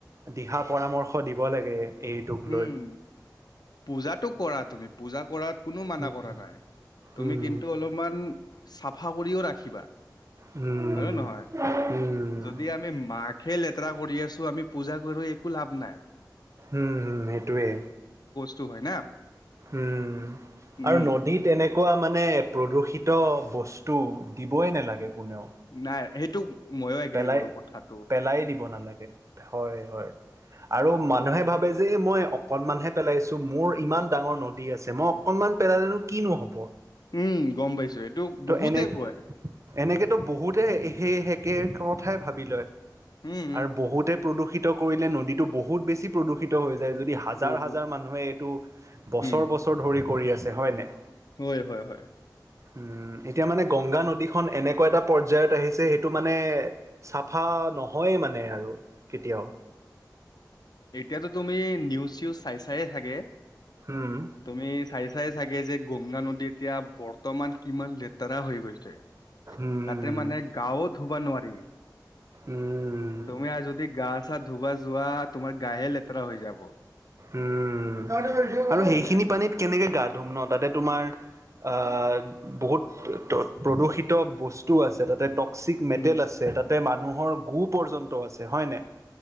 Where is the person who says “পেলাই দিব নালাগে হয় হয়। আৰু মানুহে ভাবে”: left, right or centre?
Right